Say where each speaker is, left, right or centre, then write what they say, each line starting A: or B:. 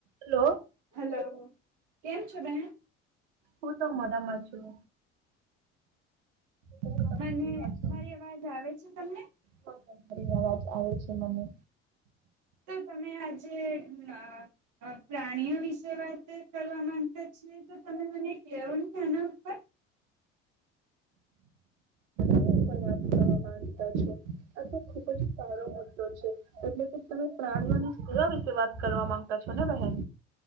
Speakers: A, on the right (about 75°); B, on the right (about 60°).
A: Hello
B: hello. કેમ છો બહેન?
A: હું તો મોડામાં છું. હું તમે
B: અ મને,
A: કેવા છો
B: મારી અવાજ આવે છે તમને?
A: હા તમારી અવાજ આવે છે મને.
B: તો તમે આજે અ અ પ્રાણીઓ વિશે વાત કરવા માંગતા છીએ. તો તમે મને કેવો ને એના ઉપર.
A: <unintelligible> વાત કરવા માંગતા છો. આ તો ખુબ જ સારો મુદ્દો છે. એટલે કે તમે પ્રાણીઓની સેવા વિશે વાત કરવા માંગતા છો ને બહેન?